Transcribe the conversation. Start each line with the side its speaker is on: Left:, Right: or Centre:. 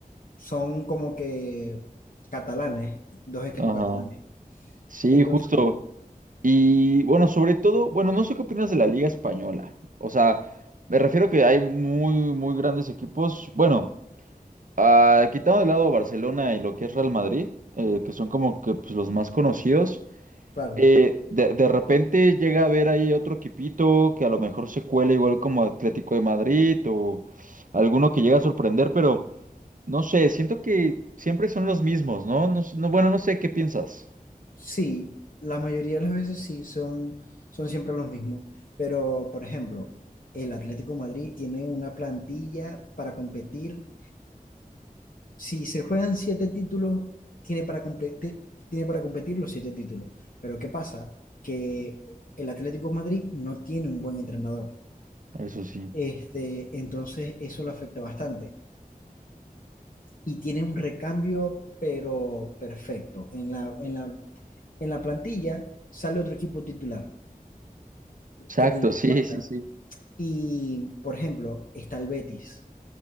Left: son como que catalanes, dos equipos
Right: Ajá.
Left: catalanes.
Right: Sí,
Left: Entonces,
Right: justo.
Left: bueno,
Right: Y bueno, sobre todo, bueno, no sé qué opinas de la Liga Española. O sea, me refiero que hay muy, muy grandes equipos. Bueno. Ah, quitando de lado Barcelona y lo que es Real Madrid, eh, que son como que pues, los más conocidos,
Left: claro,
Right: eh, de, de repente llega a haber ahí otro equipito que a lo mejor se cuela igual como Atlético de Madrid o alguno que llega a sorprender, pero no sé, siento que siempre son los mismos, ¿no? No, s- no, bueno, no sé qué piensas.
Left: sí, la mayoría de las veces sí, son, son siempre los mismos, pero por ejemplo, el Atlético de Madrid tiene una plantilla para competir Si se juegan siete títulos, tiene para competir, tiene para competir los siete títulos. Pero ¿qué pasa? Que el Atlético de Madrid no tiene un buen entrenador.
Right: Eso sí.
Left: Este, entonces eso lo afecta bastante. Y tiene un recambio, pero perfecto. En la, en la, en la plantilla sale otro equipo titular
Right: Exacto,
Left: que tiene
Right: sí,
Left: banca.
Right: sí, sí.
Left: Y, por ejemplo, está el Betis.